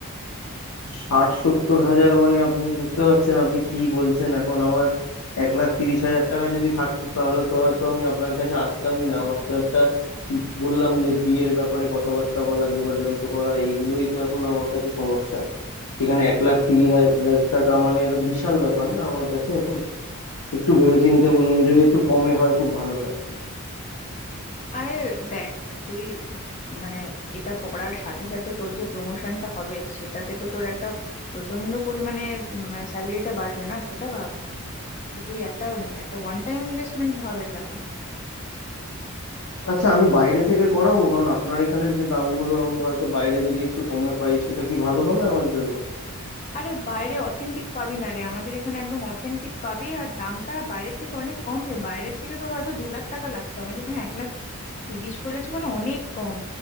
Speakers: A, on the left; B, on the left.
A: ষাট সত্তর হাজার মানে আপনি বুঝতে পারছেন আপনি কি বলছেন এখন আমার এক লাখ তিরিশ হাজার টাকা যদি থাকতো তাহলে তো হয়তো আমি আপনার কাছে আসতামই না আমার তো একটা বললাম যে বিয়ের ব্যাপারে কথাবার্তা বলা জোগাড় যন্ত্র করা এইগুলোই তো এখন আমার কাছে সমস্যা সেখানে এক লাখ তিরিশ হাজার টাকা মানে একটা বিশাল ব্যাপার না আমার কাছে এখন একটু ভেবেচিন্তে বলুন যদি একটু কমে হয় খুব ভালো হয়
B: আরে দেখ তুই মানে এটা পড়ার সাথে সাথে তোর যে প্রমোশনটা হবে সেটাতে তো তোর একটা প্রচন্ড পরিমাণে স্যালারিটা বাড়বে না সেটা ভাব তো তুই একটা একটা ওয়ান টাইম ইনভেস্টমেন্ট ভাব এটা
A: আচ্ছা আমি বাইরে থেকে করাবো কারণ আপনার এখানের যে দামগুলো আমি হয়তো বাইরে যদি একটু কমে পাই সেটা কি ভালো হবে আমার জন্য
B: আরে বাইরে অথেন্টিক পাবি না রে আমাদের এখানে একদম অথেন্টিক পাবি আর দামটা বাইরের থেকে অনেক কম রে বাইরের থেকে তোর হয়তো দু লাখ টাকা লাগতো আমি সেখানে এক লাখ তিরিশ বলেছো মানে অনেক কম